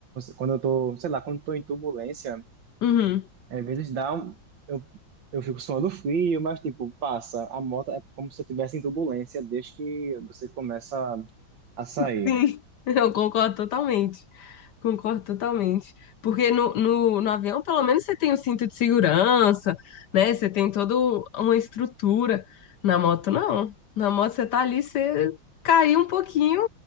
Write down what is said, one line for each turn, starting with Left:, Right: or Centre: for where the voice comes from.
Right: quando eu tô, sei lá, quando eu tô em turbulência,
Left: Uhum.
Right: às vezes dá um, eu, eu fico suando frio, mas tipo, passa. A moto é como se eu estivesse em turbulência desde que você começa a sair.
Left: Sim, <laughs> eu concordo totalmente. Concordo totalmente. Porque no, no, no avião, pelo menos, você tem o cinto de segurança, né? Você tem toda uma estrutura. Na moto, não. Na moto, você tá ali, você caiu um pouquinho,